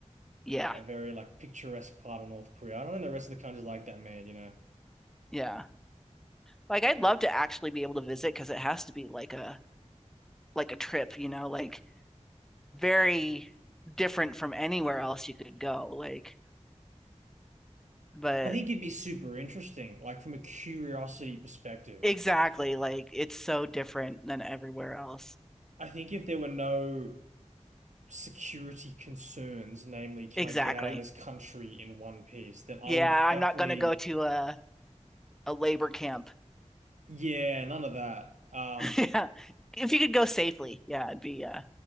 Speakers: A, in the centre; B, on the right (about 75°).
A: yeah.
B: that very like picturesque part of North Korea. I don't know the rest of the country's like that, man, you know.
A: Yeah. Like I'd love to actually be able to visit because it has to be like a like a trip, you know, like very different from anywhere else you could go. Like, but
B: I think it'd be super interesting, like from a curiosity perspective.
A: exactly, like it's so different than everywhere else.
B: I think if there were no security concerns, namely, can
A: Exactly.
B: I get out of this country in one piece, then I
A: Yeah,
B: would
A: I'm
B: definitely,
A: not gonna go to a a labor camp
B: yeah, none of that. Um,
A: <laughs> yeah. If you could go safely, yeah, it'd be uh